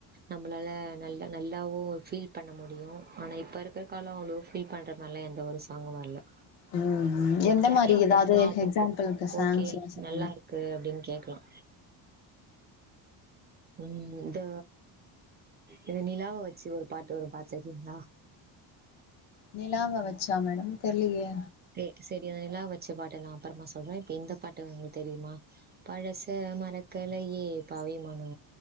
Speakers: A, on the right; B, on the left.
A: நம்ளால நல்ல நல்லாவு ஃபீல் பண்ண முடியு ஆனா இப்ப இருக்குற காலோ அவ்ளோ ஃபீல் பண்ற மாரிலா எந்த ஒரு சாங்கு வர்ல
B: ம் ம் எந்த
A: கேக்குலா
B: மாரி ஏதாவது
A: புடிச்சலா
B: எக்ஸாம்பிளுக்கு
A: <inaudible>
B: சாங்ஸ்லா
A: ஓகே
B: சொல்லுங்க
A: நல்லா இரு க்கு அப்டின்னு கேக்கலா ம் இந்த இந்த நிலாவ வெச்சு ஒரு பாட்டு வரு பாத்துருக்கீங்களா
B: நிலாவ வெச்சா மேடம் தெர்லயே
A: செ சரி அ நிலா வெச்ச பாட்ட நா அப்றமா சொல்றே இப்ப இந்த பாட்டு உங்களுக்கு தெரியுமா பழச மறக்கலயே பவிமனோ